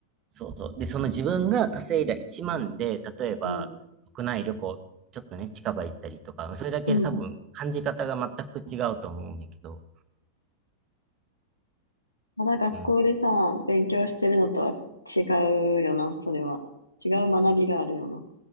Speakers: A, on the right; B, on the left.
A: そうそう。で、その自分が稼いだ1万で、例えば国内旅行、
B: うん、
A: ちょっとね、近場行ったりとか、それだけで多分感じ方が全く違うと思うんだけど、
B: うん。ただ学校でさ、
A: うん。
B: 勉強してるのとは違うよな、それは。違う学びがあるよな。